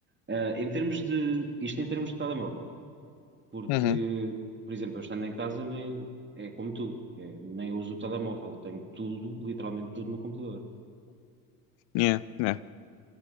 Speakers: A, on the right; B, on the left.
A: Ah, em termos de, isto em termos de telemóvel. Porque,
B: Uhum.
A: por exemplo, eu estando em casa nem, é como tu, é, nem uso o telemóvel, tenho tudo, literalmente tudo no computador.
B: Yeah, yeah.